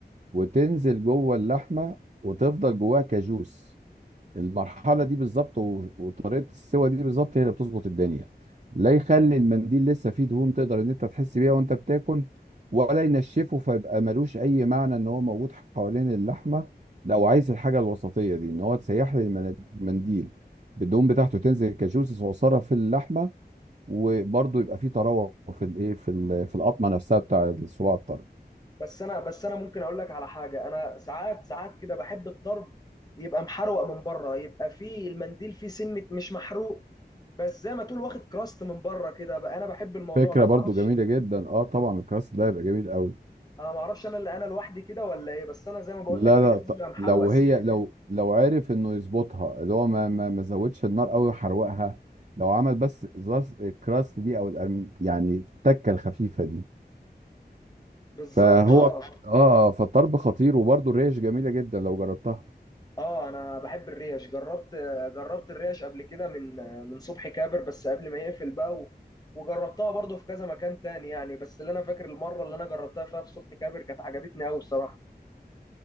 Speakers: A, on the right (about 45°); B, on the left (about 20°).
A: وتنزل جوه اللحمه وتفضل جواها كجوس المرحله دي بالظبط و- وطريقه السوى دي بالظبط هي اللي بتظبط الدنيا لا يخلي المنديل لسه فيه دهون تقدر ان انت تحس بيها وانت بتاكل ولا ينشفه فيبقى ملوش اي معنى ان هو موجود حوالين اللحمه لو عايز الحاجه الوسطيه دي ان هو تسيح لي المن- المنديل الدهون بتاعته تنزل كجوسس صغيره في اللحمه وبرضه يبقى فيه طراوه في الايه في ال- في القطمه نفسها بتاع الصباع الطري
B: بس انا بس انا ممكن اقول لك على حاجه انا ساعات ساعات كده بحب الطرب يبقى محروق من بره يبقى فيه المنديل فيه سنه مش محروق بس زي ما تقول واخد كراست من بره كده بقى انا بحب الموضوع
A: فكره
B: ده
A: برضه
B: معرفش
A: جميله جدا اه طبعا الكراست ده هيبقى جميل قوي
B: انا معرفش انا اللي انا لوحدي كده ولا ايه بس انا زي ما بقول
A: لا
B: لك كده
A: لا
B: لازم
A: ط-
B: يبقى محروق
A: لو
B: سمكه
A: هي لو
B: كده
A: لو عرف انه يظبطها اللي هو ما ما ما زودش النار قوي وحرقها لو عمل بس زاز- الكراست دي او الأرم يعني التكه الخفيفه دي
B: بالظبط
A: فهو
B: اه
A: اه فالطرب خطير وبرده الريش جميله جدا لو جربتها
B: اه انا بحب الريش جربت جربت الريش قبل كده من من صبحي كابر بس قبل ما يقفل بقى و... وجربتها برضو في كذا مكان تاني يعني بس اللي انا فاكر المره اللي انا جربتها فيها في صبحي كابر كانت عجبتني قوي بصراحه